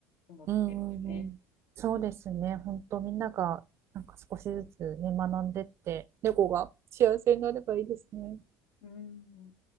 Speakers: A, on the left; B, on the right.
A: 思ってますね。
B: うん、うん。そうですね。本当、みんなが、なんか少しずつね、学んでって、猫が幸せになればいいですね。
A: うん。